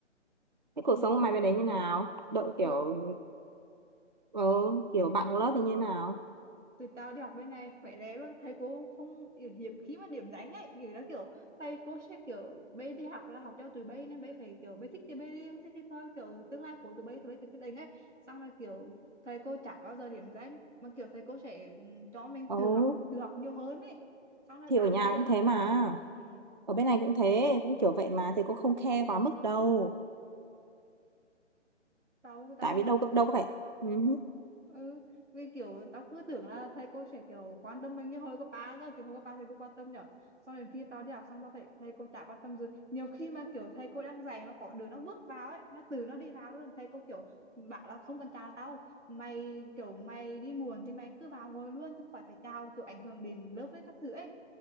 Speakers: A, on the right; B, on the right.
A: thế cuộc
B: Cùng
A: sống
B: có
A: của mày bên đấy như nào đội kiểu
B: từ
A: ờ, kiểu bạn cùng lớp thì như nào
B: tụi tao đi học bên này khỏe lé luôn thầy cô không kiểu hiếm khi mà điểm danh ấy kiểu đó kiểu thầy cô sẽ kiểu bây đi học là học cho tụi bây nên bây phải kiểu bây thích thì bây đi không thích thì thôi kiểu tương lai của tụi bây tụi bây tự quyết định ấy xong rồi kiểu thầy cô chả bao giờ điểm danh mà kiểu thầy cô sẽ ừ, cho mình
A: Ừ,
B: tự học tự học nhiều hơn ấy xong rồi
A: thì
B: bạn
A: ở nhà
B: bè
A: cũng thế mà.
B: ừ,
A: Ở bên này cũng thế, cũng kiểu vậy mà thì cũng không khe quá mức đâu.
B: tao tao
A: Tại
B: đi
A: vì
B: học
A: đâu có đâu có phải. Ừ.
B: ừ vì kiểu tao cứ tưởng là thầy cô sẽ kiểu quan tâm mình như hồi cấp ba cơ kiểu hồi cấp ba thầy cô quan tâm nhở sau đến khi tao đi học xong tao thấy thầy cô chả quan tâm gì nhiều khi mà kiểu thầy cô đang dạy mà có đứa nó bước vào ấy nó từ nó đi vào luôn thầy cô kiểu bảo là không cần chào tao mày kiểu mày đi muộn thì mày cứ vào ngồi luôn tao khỏi phải chào kiểu ảnh hưởng đến lớp với các thứ ấy